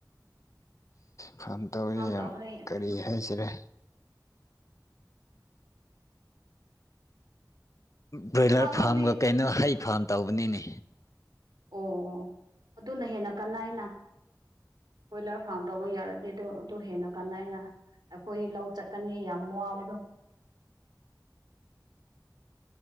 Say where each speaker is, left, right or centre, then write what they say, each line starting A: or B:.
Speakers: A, on the left; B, on the right.
A: ꯐꯥꯝ ꯇꯧꯁ
B: ꯐꯥꯝ
A: ꯌꯥꯝ
B: ꯇꯧꯕꯅꯤ
A: ꯀꯔꯤ ꯍꯥꯏꯁꯤꯔꯦ ꯕ꯭ꯔꯣꯏꯂꯔ
B: ꯇꯝꯄꯥꯛ ꯂꯧꯗꯤ
A: ꯐꯥꯔꯝꯒ ꯀꯩꯅꯣ ꯍꯩ ꯐꯥꯝ ꯇꯧꯕꯅꯤꯅꯦ
B: ꯑꯣ ꯑꯣ ꯑꯗꯨꯅ ꯍꯦꯟꯅ ꯀꯅꯥ ꯍꯥꯏꯅ ꯕꯣꯏꯂꯔ ꯐꯥꯔꯝ ꯇꯧꯕ ꯌꯥꯔꯗꯤ ꯑꯗꯨ ꯑꯗꯨ ꯍꯦꯟꯅ ꯀꯥꯟꯩꯅ ꯑꯩꯈꯣꯏ ꯂꯧ ꯆꯠꯀꯅꯤ ꯌꯥꯝ ꯋꯥꯕꯗꯣ